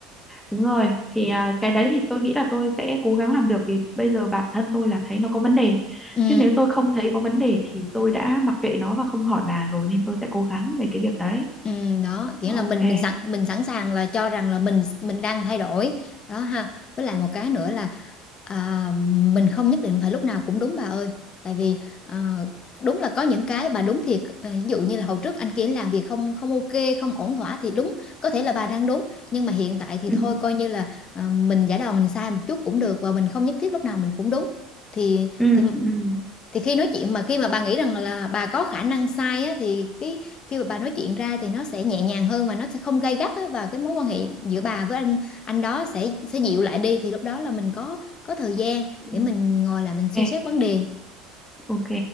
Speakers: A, in the centre; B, on the left (about 35°).
A: Đúng rồi, thì à, cái đấy thì tôi nghĩ là tôi sẽ cố gắng làm được vì bây giờ bản thân tôi là thấy nó có vấn đề.
B: ừ
A: Chứ nếu tôi không thấy có vấn đề thì tôi đã mặc kệ nó và không hỏi bà rồi nên tôi sẽ cố gắng về cái việc đấy.
B: Ừ, đó nghĩa
A: Ok.
B: là mình mình sẵn mình sẵn sàng là cho rằng là mình mình đang thay đổi đó ha với lại một cái nữa là à, mình không nhất định phải lúc nào cũng đúng bà ơi tại vì à, đúng là có những cái bà đúng thiệt à, ví dụ như là hồi trước anh kia làm việc không không ok không ổn thỏa thì đúng có thể là bà đang đúng nhưng mà hiện tại thì
A: Ừ,
B: thôi coi như là à, mình giả đò mình sai một chút cũng được và mình không nhất thiết lúc nào mình cũng đúng thì
A: ừ,
B: thì
A: ừ.
B: thì khi nói chuyện mà khi mà bà nghĩ rằng là bà có khả năng sai á, thì cái khi mà bà nói chuyện ra thì nó sẽ nhẹ nhàng hơn mà nó sẽ không gay gắt á, và cái mối quan hệ giữa bà với anh anh đó sẽ sẽ dịu lại đi thì lúc đó là mình có có thời gian
A: ừ.
B: để mình ngồi lại
A: Ok,
B: mình suy xét vấn đề
A: ok.